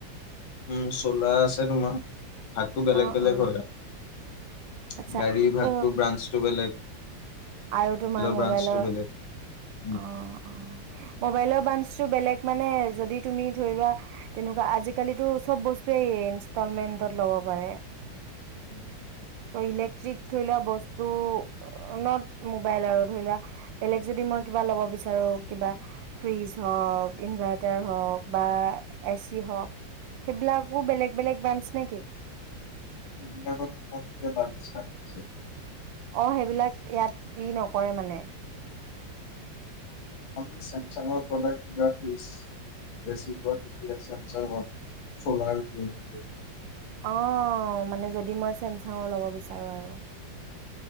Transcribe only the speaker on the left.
উম চলাৰ আছে তোমাৰ, ভাগতটো বেলেগ
বেলেগ
হয় আৰু
গাড়ীৰ
ভাগতটো ব্ৰাঞ্চটো বেলেগ।
ব্ৰাঞ্চটো
বেলেগ উম
উম
সেইবিলাকো তোমাৰ যে বাজস্থ নিছো <unintelligible>
অ' চেমচাংৰ প্ৰডাক্ট দ ফজ এ চোৱা তেতিয়া চেমচাঙত চলাৰ <unintelligible>